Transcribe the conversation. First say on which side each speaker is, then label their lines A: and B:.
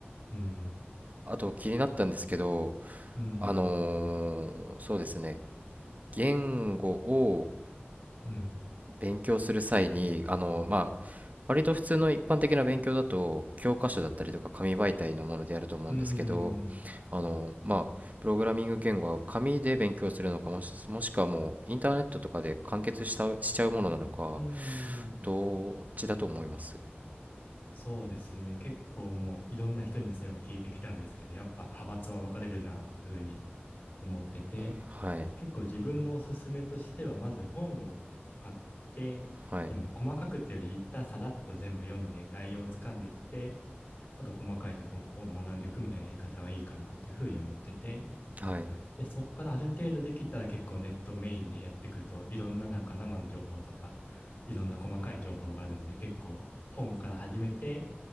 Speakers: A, on the left; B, on the right.
A: うん。
B: あと気になったんですけど、
A: うん。
B: あのーそうですね言語を
A: うん。
B: 勉強する際にあのーまあ割と普通の一般的な勉強だと教科書だったりとか紙媒体のものでやると思うんですけど
A: うん。
B: あのーまあプログラミング言語は紙で勉強するのかもし、もしくはもうインターネットとかで完結したしちゃうものなのか
A: うん。
B: どっちだと思います
A: そうですね。結構もういろんな人にそれも聞いてきたんですけど、やっぱ派閥は分かれるなっていうふうに思ってて、
B: はい
A: 結構自分のおすすめとしては、まず本を買って、
B: はい
A: でも細かくってより一旦さらっと全部読んで概要をつかんでいって、あと細かいとこを学んでいくみたいなやり方がいいかなっていうふうに思ってて、
B: はい
A: で、そこからある程度できたら結構ネットメインでやっていくと、いろんななんか生の情報とか、いろんな細かい情報があるんで、結構本から始めて、